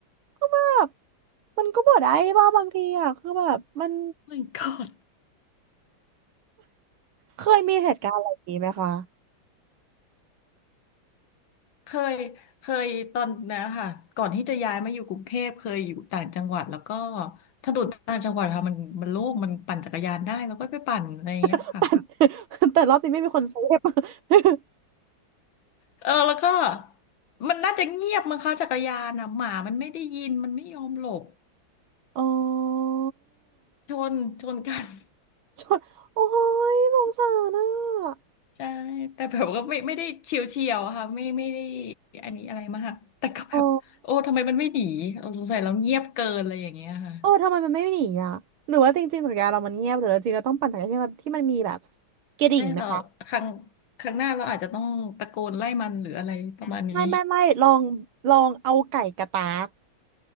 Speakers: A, on the right (about 85°); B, on the left (about 75°).
A: แบบมันก็บ่ได้บ้าบางทีอ่ะคือแบบมัน
B: my god
A: เคยมีเหตุการณ์อะไรอย่างงี้ไหมคะ
B: เคยเคยตอนนะค่ะก่อนที่จะย้ายมาอยู่กรุงเทพเคยอยู่ต่างจังหวัดแล้วก็ถนนต่างจังหวัดค่ะมันมันโล่งมันปั่นจักรยานได้แล้วก็ไปปั่นอะไรอย่างเงี้ยค่ะ
A: <laughs> แต่ <laughs> แต่รอบนี้ไม่มีคนเซฟ <laughs>
B: เออแล้วก็มันน่าจะเงียบมั้งคะจักรยานอ่ะหมามันไม่ได้ยินมันไม่ยอมหลบ
A: อ๋อ
B: ชนชนกัน <laughs>
A: ชนโอ้ยสงสารอ่ะ
B: ใช่แต่แบบก็ไม่ไม่ได้เฉียวเฉียวค่ะไม่ไม่ได้อันนี้อะไรมากแต่ก็แบบโอ้ทำไมมันไม่หนีเออสงสัยเราเงียบเกินอะไรอย่างเงี้ยค่ะ
A: อ๋อเออทำไมมันไม่หนีอ่ะ หรือว่าจริงๆสัญญาเรามันเงียบหรือจริงๆเราต้องปั่นจักรยานที่มันที่มันมีแบบกระดิ่งไหมคะ
B: ใช่เราครั้งครั้งหน้าเราอาจจะต้องตะโกนไล่มันหรืออะไรประมาณนี้
A: ไม่ไม่ไม่ลองลองเอาไก่กระตาก